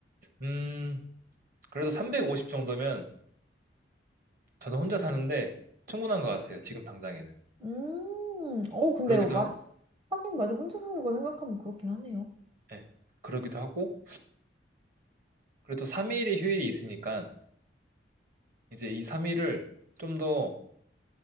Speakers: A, on the right (about 50°); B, on the right (about 30°).
A: 음, 그래도 350 정도면 저는 혼자 사는데 충분한 것 같아요. 지금 당장에는.
B: 음, 어, 근데
A: 그러기도
B: 맞,
A: 하고,
B: 하긴 맞아. 혼자 사는 거 생각하면 그렇긴 하네요.
A: 예, 그러기도 하고, 그래도 3일이 휴일이 있으니까 이제 이3일을 좀 더